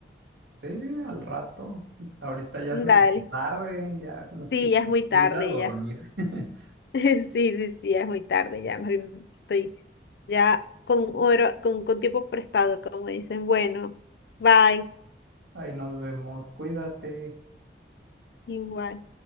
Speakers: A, on the right; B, on the left.
A: sí, al rato. Ahorita ya es medio
B: Dale.
A: tarde, ya como que
B: Sí, ya es muy
A: voy
B: tarde
A: a ir a dormir.
B: ya. <laughs>
A: <laughs>
B: Sí, sí, sí, ya es muy tarde ya. más bien Estoy ya con oro, con, con tiempo prestado, como dicen. Bueno, bye.
A: Ahí nos vemos. Cuídate.
B: Igual.